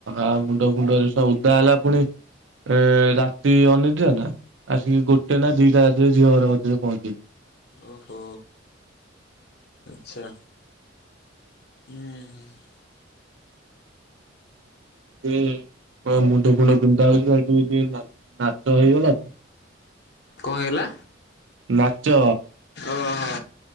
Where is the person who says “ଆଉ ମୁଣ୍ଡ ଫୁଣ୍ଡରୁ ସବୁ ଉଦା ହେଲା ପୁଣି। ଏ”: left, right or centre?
Right